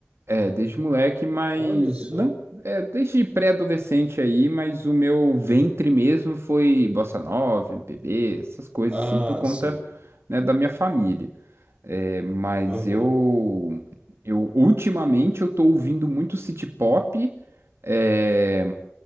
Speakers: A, on the right; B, on the right.
A: é, desde moleque, mas
B: Olha só.
A: não, é, desde pré-adolescente aí, mas o meu ventre mesmo foi bossa nova, MPB, essas coisas
B: Ah,
A: assim, por conta,
B: sim,
A: né, da minha família. É, mas
B: aham.
A: eu, eu ultimamente eu tô ouvindo muito city pop, é,